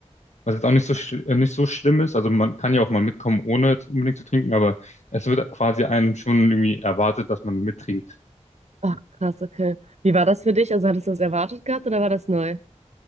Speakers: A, on the left; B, on the right.
A: Was jetzt auch nicht so, schl- äh, nicht so schlimm ist. Also man kann ja auch mal mitkommen, ohne jetzt unbedingt zu trinken, aber es wird quasi einem schon irgendwie erwartet, dass man mittrinkt.
B: Ach, krass, okay. Wie war das für dich? Also hattest du das erwartet gehabt oder war das neu?